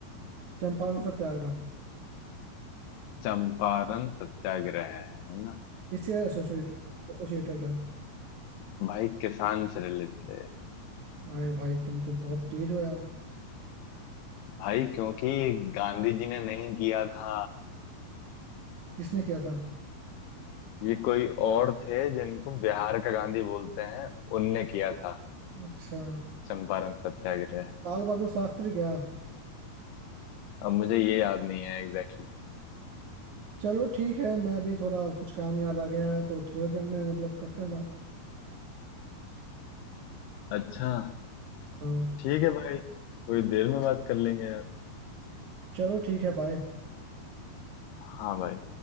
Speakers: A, on the right; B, on the left.
A: चंपारण सत्याग्रह
B: चंपारण सत्याग्रह है ना
A: इससे एसोसिएट एसोसिएटेड है
B: भाई किसान से रिलेटेड है
A: अरे भाई तुम तो बहुत तेज हो यार
B: भाई क्योंकि गांधी जी ने नहीं किया था
A: किसने किया था
B: ये कोई और थे जिनको बिहार का गांधी बोलते हैं उनने किया था
A: अच्छा
B: चंपारण सत्याग्रह
A: लाल बहादुर शास्त्री क्या
B: अब मुझे ये याद नहीं है एग्जैक्टली
A: चलो ठीक है मैं अभी थोड़ा कुछ काम याद आ गया है तो थोड़ी देर में मतलब करते हैं बात
B: exactly. अच्छा
A: हाँ
B: ठीक है भाई थोड़ी देर में बात कर लेंगे यार
A: चलो ठीक है बाय
B: हाँ भाई